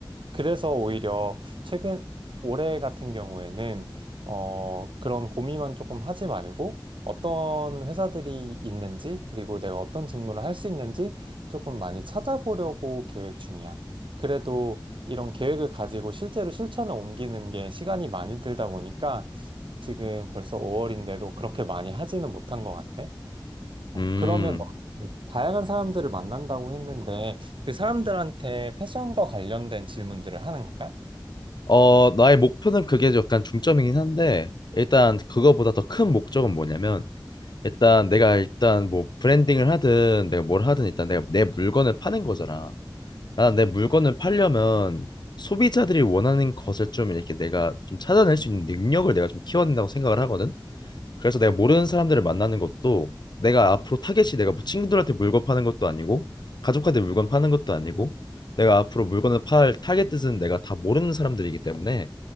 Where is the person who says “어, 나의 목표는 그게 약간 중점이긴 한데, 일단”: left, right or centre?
Left